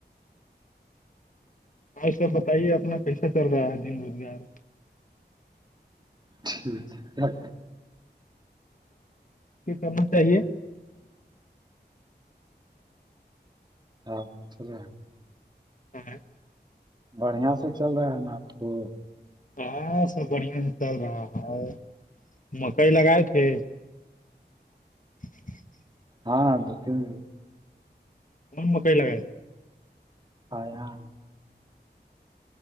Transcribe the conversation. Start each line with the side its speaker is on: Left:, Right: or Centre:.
Left: ہ سب بتائیے اپنا کیسا چل رہا ہے دن روزگار
Right: ج ہے
Left: سنا
Right: چل
Left: چاہیے
Right: رہا ہے۔ جاں ب تور ہم
Left: ہوں
Right: بڑھیا سے چل رہا ہے نا آپ کو
Left: ہاں سب بڑھیا سے چل رہا ہے مکئی لگائے تھے <unintelligible>
Right: ہاں دو تین
Left: کوون مکئی لگا
Right: آیاں